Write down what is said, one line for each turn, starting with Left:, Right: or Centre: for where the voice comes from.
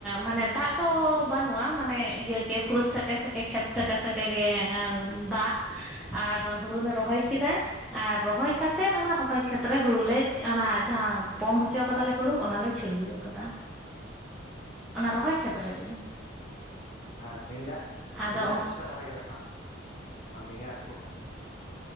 Centre: ᱢᱟᱱᱮ ᱫᱟᱜ ᱫᱚ ᱵᱟᱹᱱᱩᱜᱼᱟ ᱢᱟᱱᱮ ᱤᱭᱟᱹ ᱜᱮ ᱯᱩᱨᱩ ᱥᱮᱠᱮ ᱥᱮᱠᱮ ᱠᱷᱮᱛ ᱥᱮᱠᱮ ᱥᱮᱠᱮ ᱜᱮ ᱫᱟᱜ ᱟᱨ ᱦᱩᱲᱩ ᱞᱮ ᱨᱚᱦᱚᱭ ᱠᱮᱫᱟ ᱟᱨ ᱨᱚᱦᱚᱭ ᱠᱟᱛᱮᱫ
Left: ᱦᱳᱭ
Centre: ᱚᱱᱟ ᱨᱚᱦᱚᱭ ᱠᱷᱮᱛ ᱨᱮ ᱦᱩᱲᱩ ᱞᱮ ᱚᱱᱟ ᱡᱟᱦᱟᱸ ᱯᱚᱝ ᱦᱚᱪᱚ ᱠᱟᱫᱟᱞᱮ ᱦᱩᱲᱩ ᱚᱱᱟᱞᱮ ᱪᱷᱩᱲᱭᱟᱹᱣ ᱠᱟᱫᱟ᱾ ᱚᱱᱟ ᱨᱚᱦᱚᱭ ᱠᱷᱮᱛ ᱨᱮᱜᱮ᱾
Left: ᱟᱨ ᱵᱮᱸᱜᱟᱲ
Centre: ᱟᱫᱚ
Left: ᱵᱮᱸᱜᱟᱲ ᱠᱚᱯᱮ ᱨᱚᱦᱚᱭ ᱠᱮᱫᱟ ᱥᱮ ᱵᱟᱝ ᱵᱮᱸᱜᱟᱲ ᱠᱚ?